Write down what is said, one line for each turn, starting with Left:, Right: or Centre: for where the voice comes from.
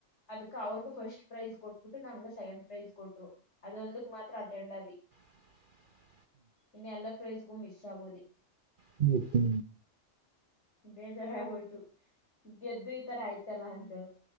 Left: ಅದಕ್ ಅವ್ರಗ ಫಸ್ಟ್ ಪ್ರೈಜ ಕೊಟ್ಬಿಟ್ಟು ನಮ್ಗ ಸೆಕೆಂಡ್ ಪ್ರೈಜ್ ಕೊಟ್ರು ಅದೊಂದಕ್ ಮಾತ್ರ ಅಟೆಂಡ್ ಆಿ
Right: <inaudible>
Left: ಇನ್ನು ಎಲ್ಲಾ ಪ್ರೈಸ್ಗೂ ಮಿಸ್ ಆಗೋದ
Right: ಹೂ ಹೂ
Left: ಬೇಜಾರಾಗೋಯ್ತು ಗೆದ್ದು ಈ ತರ ಆಯ್ತಲ್ಲ ಅಂತ